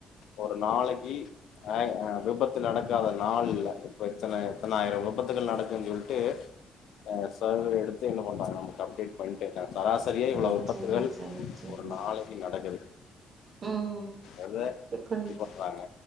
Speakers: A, on the left; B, on the right.
A: ஒரு நாளக்கி அ ஆ விபத்து நடக்காத நாள் இல்ல இப்ப இத்தன இத்தனாயிர விபத்துகள் நடக்குதுன் சொல்ட்டு அ சர்வே எடுத்து என்ன பண்றாங்க நமக்கு அப்டேட் பண்ட்ருக்காங்க சராச சரியா இவ்ளோ
B: நிச்சயமா
A: விபத்துகள்
B: சார் நிச்சயமா
A: ஒரு நாளைக்கு நடக்குது
B: ம்
A: எத
B: இப்ப
A: இப்டி பண்றாங்க